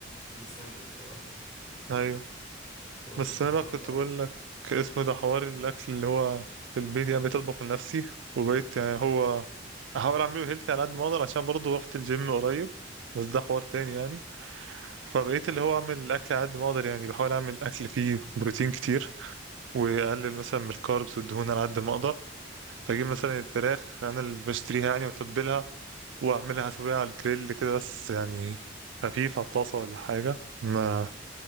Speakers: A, on the left (about 20°); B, on the right (about 70°).
A: الستاندرد اه
B: ايوه
A: <laughs> هو
B: بس
A: صح اللي
B: انا بقى
A: اتربى
B: كنت
A: عليه
B: بقول لك اسمه ده حوار الاكل اللي هو في البيت يعني بقيت اطبخ لنفسي وبقيت يعني هو احاول اعمله هيلثي على قد ما اقدر عشان برضه رحت الجيم قريب بس ده حوار تاني يعني فبقيت اللي هو اعمل الاكل على قد ما اقدر يعني بحاول اعمل اكل فيه بروتين كتير واقلل مثلا من الكاربس والدهون على قد ما اقدر فاجيب
A: مم.
B: مثلا الفراخ انا اللي بشتريها يعني واتبلها واعملها اسويها على الجريل كده بس يعني خفيف على الطاسه ولا حاجه ما